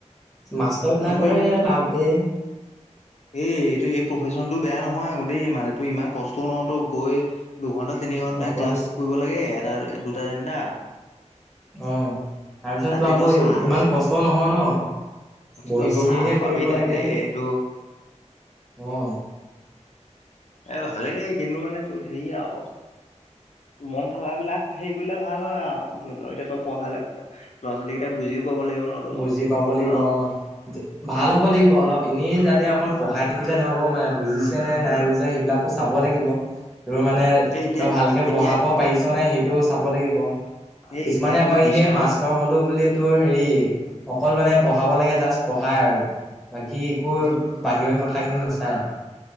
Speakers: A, in the centre; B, on the left.
A: মাষ্টৰ বিলাকৰে
B: মোক এই
A: লাভদে
B: এই এইটো এই প্ৰফেশচনতটো বেয়া নহয় আগৌ দেই মানে তোৰ ইমান কষ্টও নহয় ত গৈ দুঘন্টাত তিনি ঘন্টা
A: অকল
B: ক্লাছ কৰিব লাগে, এটা দুটা তিনিটা
A: অ তাৰপিছত
B: তাতে
A: তো আকৌ
B: তই চাহ
A: ইমান কষ্ট নহয় ন
B: তই
A: বহি বহিহে
B: চাহ পাবি
A: কৰিব
B: তাতে
A: লাগে
B: এইটো
A: অ
B: এই ভালেই কিন্তু মানে তো হেৰি আউ মন থকা বিলাক হেৰি কৰিলে ভাল হয় আও ধৰি লও এতিয়া তই পঢ়ালে ল'ৰা ছোৱালীকেইটাই বুজিও পাব লাগিব ন তো,
A: বুজি পাব
B: কিন্তু
A: লাগিব
B: আৰু
A: অহ ভাল হ'ব লাগিব অলপ এনেই যাতে অকল পঢ়াই থাকিলে নহ'ব মানে বুজিছে নে
B: উম
A: নাই বুজা সেইবিলাক চাব লাগিব ৰোৰ মানে
B: এ এতিয়া
A: তই ভালকে
B: এতিয়া
A: পঢ়াব পাৰিছ নে সেইটো চাব লাগিব
B: এ
A: কিছুমানে
B: এতিয়াতো
A: আকৌ
B: টিচাৰ
A: এনে
B: হ'ব
A: মাচ ষ্টৰ হলো বুলি তোৰ হেৰি অকল মানে পঢ়াব লাগে জাষ্ট পঢ়াই আৰু বাকী একো
B: এ
A: বাহিৰৰ কথাখিনি নাচায়